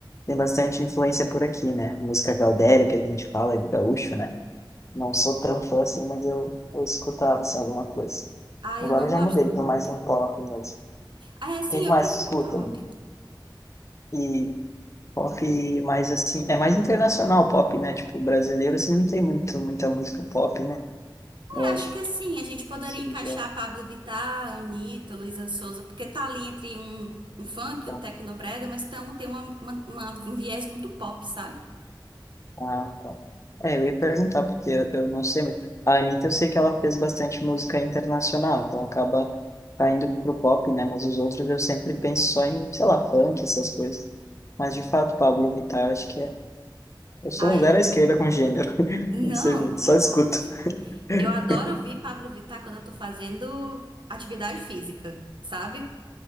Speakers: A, on the left (about 35°); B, on the right (about 75°).
A: tem bastante influência por aqui, né? Música gaudéria, que a gente fala, de gaúcho, né? Não sou tão fã assim, mas eu, eu escutava, assim, alguma coisa.
B: Ai,
A: Agora
B: eu não
A: eu já
B: gosto
A: mudei,
B: muito.
A: tô mais no pop mesmo.
B: Ah, é, sim,
A: Quem
B: eu
A: mais
B: prefiro
A: tu escuta?
B: pop.
A: E pop mais, assim, é mais internacional pop, né? Tipo, brasileiro, assim, não tem muito, muita música pop, né? Eu
B: É, acho
A: acho.
B: que assim, a gente poderia
A: Sim,
B: encaixar
A: já. é,
B: Pablo Vittar, Anitta, Luísa Sonza, porque tá ali entre um, um funk,
A: então.
B: um tecnobrega, mas tão, tem uma, uma- uma- um viés muito pop, sabe?
A: Ah, tá. É, eu ia perguntar, porque eu, eu não sei muito. A Anitta, eu sei que ela fez bastante música internacional, então acaba caindo pro pop, né? Mas os outros eu sempre penso só em, sei lá, funk, essas coisas. Mas de fato, Pablo Vittar, acho que é. Eu sou
B: Aí,
A: um zero à esquerda com gênero. <laughs>
B: não,
A: Não sei muito,
B: relaxa.
A: só escuto. <laughs>
B: Eu adoro ouvir Pablo Vittar quando eu tô fazendo atividade física, sabe?